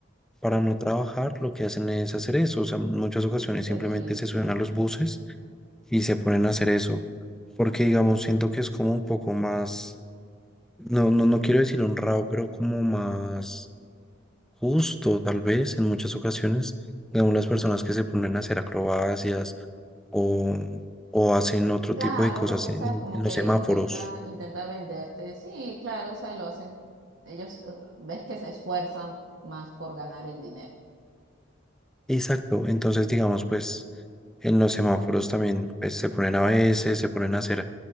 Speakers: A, in the centre; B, on the right (about 80°).
A: para no trabajar, lo que hacen es hacer eso. O sea, en muchas ocasiones
B: pedir,
A: simplemente se
B: sí.
A: suben a los buses y se ponen a hacer eso. Porque, digamos, siento que es como un poco más, no, no, no quiero decir honrado, pero como más Justo, tal vez en muchas ocasiones, digamos, las personas que se ponen a hacer acrobacias o, o hacen otro
B: Claro,
A: tipo de cosas
B: porque
A: en,
B: sabes
A: el-
B: como
A: en
B: que
A: los semáforos.
B: intenta, intenta venderte. Sí, claro, o sea, lo hacen, ellos eh, ves que se esfuerzan más por ganar el dinero.
A: Exacto, entonces digamos, pues en los semáforos también pues, se ponen a veces, se ponen a hacer